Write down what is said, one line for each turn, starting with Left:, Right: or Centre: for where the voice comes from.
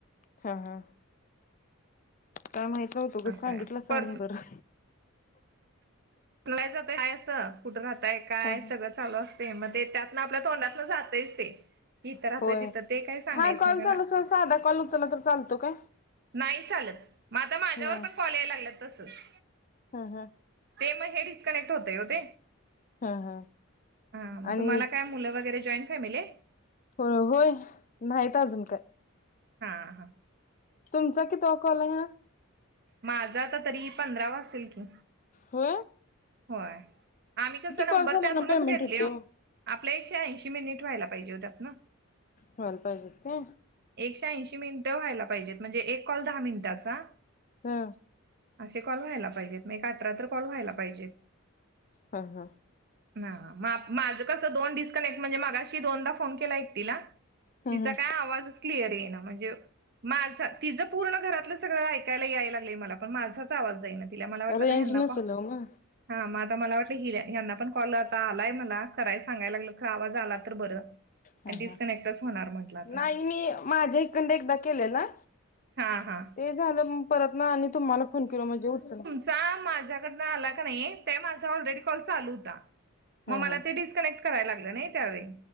Left: हा हा काय माहित नाही तुम्ही
Right: असं
Left: सांगितलासा
Right: पर्स
Left: म्हणून बरं
Right: माहीत जातय हाय असं कुठं राहताय काय
Left: हा हा
Right: सगळं चालू असतय मग ते त्यातनं आपल्या तोंडातन जातच ते इथं राहतोय
Left: होय
Right: तिथं ते काही सांगायचं
Left: हा कॉल
Right: नाही त्यांना
Left: चालू अस साधा कॉल उचलला तर चालतो काय
Right: नाही चालत म आता माझ्यावर
Left: नाही
Right: पण कॉल यायला लागल्यात तसच
Left: हा हा
Right: ते मग हे डिस्कनेक्ट होतय ओ ते
Left: हा हा
Right: हा मग
Left: आणि
Right: तुम्हाला काय मुलं वगैरे जॉईंट फॅमिली आहे
Left: अ ह नाहीत अजून काय
Right: हा हा
Left: तुमचा कितवा कॉल आहे हा
Right: माझा आता तरी पंधरावा असेल कि
Left: हो
Right: होय आम्ही कसं नंबर
Left: कॉल झाला
Right: त्यातूनच
Left: ना पेमेंट
Right: घेतलोय
Left: होते
Right: ओ
Left: हो
Right: आपलं एकशे ऐंशी मिनिट व्हायला पाहिजे होतात ना
Left: व्हायला पाहिजेत का
Right: एकशे ऐंशी मिनिटं व्हायला पाहिजेत म्हणजे एक कॉल दहा मिनिटाचा
Left: हो
Right: असे कॉल व्हायला पाहिजेत नाहीतर अठरा तर कॉल व्हायला पाहिजेत
Left: हा हा
Right: हा हा मा माझं कसं दोन डिस्कनेक्ट म्हणजे माघाशी दोनदा फोन केला एकटीला
Left: हा
Right: तिचा काय आवाजच क्लिअर येईना म्हणजे माझा तिझं पूर्ण घरातलं सगळं ऐकायला यायला लागलंय मला पण माझाच आवाज जाईना तिला मला वाटलं
Left: रेंज
Right: तर ह्यना
Left: नसेल
Right: कॉ
Left: ओ मग
Right: हा मग आता मला वाटलं हि ह्यांना पण कॉल आता आलाय मला कराय सांगायला लागलेत खर आवाज आला तर बरं.
Left: ह
Right: आणि डिस्कनेक्टच
Left: ह
Right: होणार म्हटलं आता हे
Left: नाही मी माझ्या इकंड एकदा केलेला.
Right: हा हा
Left: ते झालं मग परत ना आणि तुम्हाला फोन केल म्हणजे उचल.
Right: चा माझ्याडन आला की नाही माझा ऑलरेडी कॉल चालू होता म
Left: हा
Right: माला
Left: हा
Right: डिस्कनेक्ट. कराय लागल नी त्या वेळी